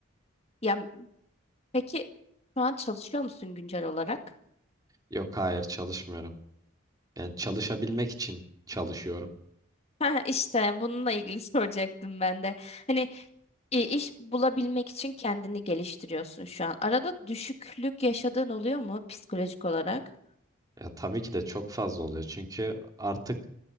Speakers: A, on the left (about 30°); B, on the right (about 20°).
A: Ya peki şu an çalışıyor musun güncel olarak?
B: Yok hayır çalışmıyorum. Yani çalışabilmek için çalışıyorum.
A: Ha, işte bununla ilgili <laughs> soracaktım ben de. Hani E, iş bulabilmek için kendini geliştiriyorsun şu an. Arada düşüklük yaşadığın oluyor mu psikolojik olarak?
B: Ya, tabii ki de çok fazla oluyor. Çünkü artık